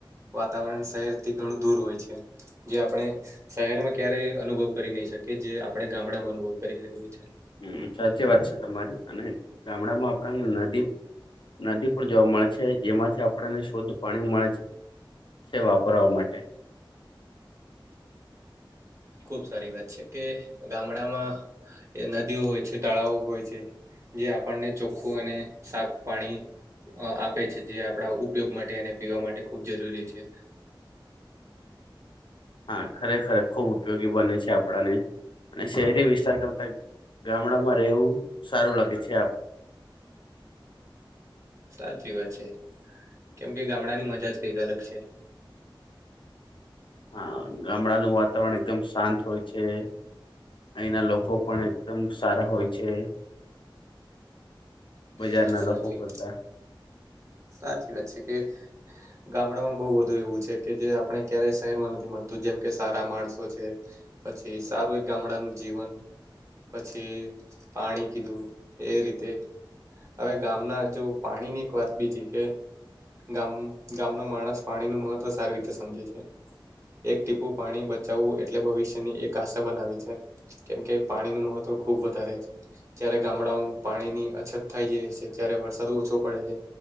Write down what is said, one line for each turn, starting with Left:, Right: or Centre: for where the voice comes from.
Right: વાતાવરણ શહેરથી ઘણું દૂર હોય છે. જે આપણે શહેરમાં ક્યારેય અનુભવ કરી નહી શકીએ જે આપણે ગામડામાં અનુભવ કરી શકીએ છીએ.
Left: હમ્મ સાચી વાત છે તમારી અને ગામડામાં આપણાને નદી નદી પણ જોવા મળે છે જેમાંથી આપણને શુદ્ધ પાણી મળે છે વાપરવા માટે.
Right: ખુબ સારી વાત છે કે ગામડામાં નદીઓ હોય છે, તળાવો હોય છે જે આપણને ચોખ્ખું અને સાફ પાણી અ આપે છે જે આપણા ઉપયોગ માટે અને પીવા માટે ખૂબ જરૂરી છે.
Left: હા ખરેખર ખુબ ઉપયોગી બને છે આપડાને. અને શહેરી વિસ્તાર કરતા ગામડામાં રહેવું સારું લાગે છે આપ.
Right: સાચી વાત છે કેમ કે ગામડાની મજા જ કઈક અલગ છે.
Left: હા ગામડાનું વાતાવરણ એકદમ શાંત હોય છે. અહીંના લોકો પણ એકદમ સારા હોય છે.
Right: <inaudible>
Left: બજારના
Right: સાચી
Left: લોકો કરતા
Right: વાત, સાચી વાત છે કે ગામડાઓમ બહુ બધું એવું છે કે જે આપણે ક્યારેય શહેરમાં નથી મળતું, જેમ કે સારા માણસો છે પછી સારું એક ગામડાનું જીવન પછી પાણી કીધું એ રીતે હવે ગામના જો પાણી ની એક વાત બીજી કે ગામ ગામનો માણસ પાણી નું મહત્વ સારી રીતે સમજે છે. એક ટીપું પાણી બચાવવું એટલે ભવિષ્યની એક આશા બનાવી છે. કેમકે પાણી નું મહત્વ ખુબ વધારે છે. જ્યારે ગામડાઓમાં પાણીની અછત થાય જાય છે જ્યારે વરસાદ ઓછો પડે છે